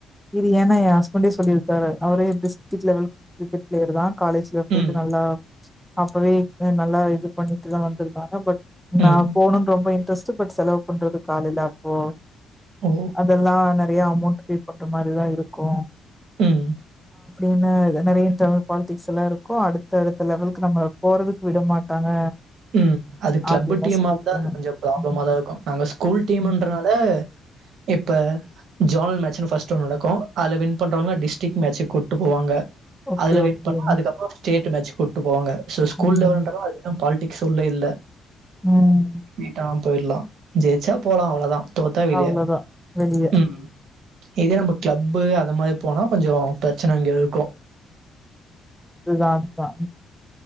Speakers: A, in the centre; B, on the right.
A: இது ஏனா எ அஸ்பண்டே சொல்லிருக்காரு அவரே டிஸ்ட்க் லெவல் கிரிக்கெட் பிளேயர் தா காலேஜ்ல போயிட்டு
B: ம்
A: நல்லா அப்பவே இன்னு நல்லா இது பண்ணிட்டுதா வந்திருக்காங்க பட் நா
B: ம்
A: போணுன் ரொம்ப இ டெஸ்ட பட் செலவ் பண்றதுக்கு ஆள் இல்ல அப்போ
B: ஓ
A: அதெல்லா றைய அமௌண்ட் பே பண்ற மாரிதா இருக்கு
B: ம்
A: ஏன்ன நெறைய இன்டர்னல் பாலிடிக்ஸ் எல்லா இருக்கு அடு த்தடுத்த லெவலுக்கு நம்மல போறதுக் விட மாட்டாங்க
B: உம் அது கிளப்பு
A: அப்படின்லாம்
B: டீமாருந்தா
A: சொல்லியிருக்காங்க.
B: அது கொஞ்சோ ப்ராப்ளமா
A: ம்.
B: தா இருக்கு நாங்க ஸ்கூல் டீம்ன்றனால
A: ம்.
B: இப்ப ஜோனல் மேச்சுனு ஃபஸ்ட் ஒன் நடக்கு அதல வின் பண்றவங்க டிஸ்டிக் மேச்சுக் கூட்டு போவாங்க
A: ஓகே,
B: அதல வின்
A: ஓகே.
B: பண்ணா அதுக்கப்புறோ ஸ்டேட் டு மேட்ச் கூட்டு போவாங்க சோ ஸ்கூல்
A: ம்.
B: லெவலன்றால அ பால்டிக் சொல்ல இல்ல
A: ம்.
B: ஈட்டாம் போயிரலாம் ஜெயிச்சா போலாம் அவ அதா தோத்தா வெளிய
A: அவ்வளோதான். வெளிய.
B: உம் இதே நம்ம கிளப்பு அந்த மாரி போனா கொஞ்ச பிரச்சனை இங்க இருக்கு
A: ரிலாக்ஸ்டா